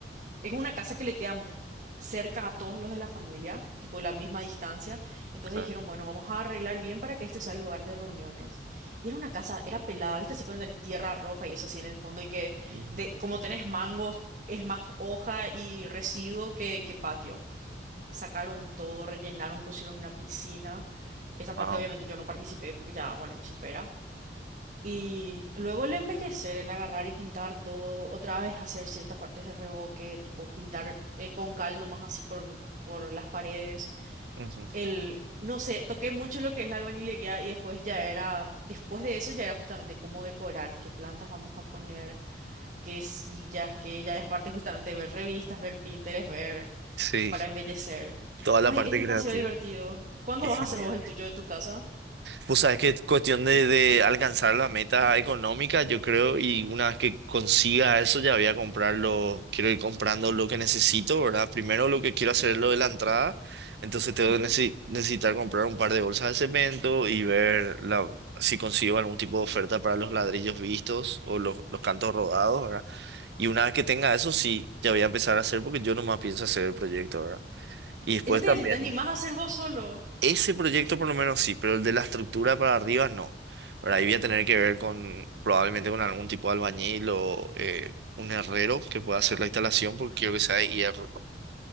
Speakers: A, on the right; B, on the right.
A: Es una casa que le queda mu- cerca a todos los de la familia, tipo la misma distancia. Entonces
B: Claro.
A: dijeron, bueno, vamos a arreglar bien para que este sea el lugar de reuniones. Y era una casa, era pelada, ¿viste? Así cuando tenés tierra roja y eso así en el fondo y que
B: Ujú.
A: de, como tenés mangos, es más hoja y residuo que, que patio sacaron todo, rellenaron, pusieron una piscina. Esa
B: Wow.
A: parte obviamente yo no participé porque ya, bueno, me supera. Y luego el embellecer, el agarrar y pintar todo, otra vez hacer ciertas partes de revoque, tipo pintar eh, con cal nomás así por, por las paredes.
B: Ujú.
A: El, no sé, toqué mucho lo que es la albañilería y después ya era, después de eso ya era justamente cómo decorar, qué plantas vamos a poner, qué sillas, qué ya es parte justamente de ver revistas, ver Pinterest, ver
B: Sí,
A: para embellecer.
B: toda la
A: Ay,
B: parte
A: es demasiado
B: creativa.
A: divertido. ¿Cuándo
B: Qué
A: vas
B: genial.
A: a hacer vos el tuyo de tu casa?
B: Pues sabes que es cuestión de, de alcanzar la meta económica, yo creo, y una vez que consiga eso ya voy a comprarlo, quiero ir comprando lo que necesito, ¿verdad? Primero lo que quiero hacer es lo de la entrada, entonces tengo
A: Ujú.
B: que necesi- necesitar comprar un par de bolsas de cemento y ver la, si consigo algún tipo de oferta para los ladrillos vistos o los, los cantos rodados, ¿verdad? Y una vez que tenga eso, sí, ya voy a empezar a hacer porque yo nomás pienso hacer el proyecto, ¿verdad? Y después
A: Eso te
B: también,
A: dice, si te animás a hacer vos solo.
B: ese proyecto por lo menos sí, pero el de la estructura para arriba no, ¿verdad? Ahí voy a tener
A: Ujú,
B: que ver con, probablemente con algún tipo de albañil o eh, un herrero que pueda hacer la instalación porque quiero que sea de hierro.